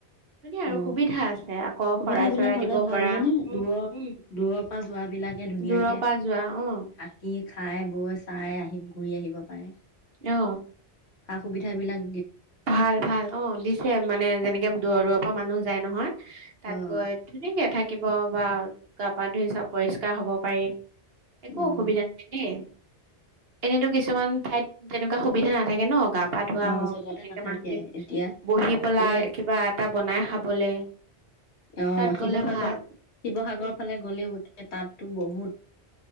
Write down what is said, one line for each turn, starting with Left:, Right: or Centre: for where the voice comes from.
Right: ধুনীয়া আৰু
Left: অ
Right: সুবিধা আছে আকৌ
Left: সুবিধা
Right: শৰাই
Left: বিলাক
Right: চৰাই
Left: হলে
Right: দিব
Left: ভাল
Right: পৰা
Left: হয় নে
Right: উম
Left: দূৰৰ
Right: উম
Left: দূৰৰ পৰা যোৱাবিলাকে ধুনীয়াকে
Right: দূৰৰ পৰা যোৱা অ
Left: থাকি, খাই, বৈ চাই আহিব পাৰে। ঘূৰি আহিব পাৰে।
Right: অ।
Left: সা সুবিধা বিলাক
Right: ভাল ভাল অ দিছে মানে যেনেকে দূৰৰ দূৰৰ অহ মানুহ যায় নহয়! তাত
Left: অ',
Right: গৈ ধুনিয়াকে থাকিব বা গা পা ধুই চব পৰিষ্কাৰ হ'ব পাৰি একো
Left: অ',
Right: অসুবিধা নাই দেই! এনেইতো কিছুমান ঠাইত তেনেকুৱা সুবিধা নাথাকে ন গা পা ধোৱা
Left: অ',
Right: হওঁক।
Left: চবতে
Right: ধুনীয়াকে
Left: নাথাকে
Right: মানুহ খিনি
Left: এতিয়া
Right: বহি পেলাই,
Left: এই
Right: কিবা এটা বনাই খাবলে,
Left: অহ,
Right: তাত
Left: 'শিৱসাগৰ,
Right: গ'লে ভাল
Left: শিৱসাগৰৰ
Right: উম
Left: ফালে গ'লেও এ, ' তাতটো বহুত